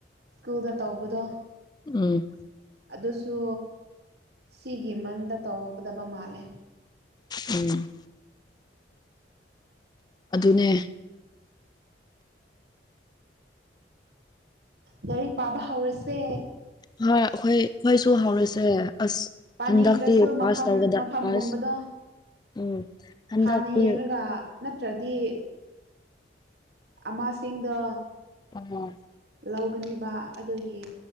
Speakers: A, on the right; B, on the left.
A: ꯁ꯭ꯀꯨꯜꯗ ꯇꯧꯕꯗꯣ꯫
B: ꯎꯝ
A: ꯑꯗꯨꯁꯨ ꯁꯤꯒꯤ ꯃꯟꯗ ꯇꯧꯒꯗꯕ ꯃꯥꯜꯂꯦ꯫
B: ꯎꯝ ꯑꯗꯨꯅꯦ
A: ꯂꯥꯏꯔꯤꯛ ꯄꯥꯕ ꯍꯧꯥꯎꯔꯁꯦ꯫
B: ꯍ ꯑꯩꯈꯣꯏ ꯑꯩꯈꯣꯏꯁꯨ ꯍꯧꯔꯁꯦ ꯑꯁ
A: ꯄꯥꯅꯤꯡꯗ꯭ꯔꯁꯨ
B: ꯍꯟꯗꯛꯇ
A: ꯃꯐꯝ
B: ꯄꯥꯁ ꯇꯒꯗ
A: ꯃꯐꯝꯒꯨꯝꯕꯗꯣ
B: ꯄꯥꯁ ꯎꯝ ꯍꯟꯗꯛꯇꯤ
A: ꯍꯥꯟꯅ ꯌꯦꯡꯂꯡꯒ ꯅꯠꯇ꯭ꯔꯗꯤ ꯑꯃꯥꯁꯤꯡꯗ
B: ꯎꯝ
A: ꯂꯧꯒꯅꯦꯕ ꯑꯗꯨꯒꯤ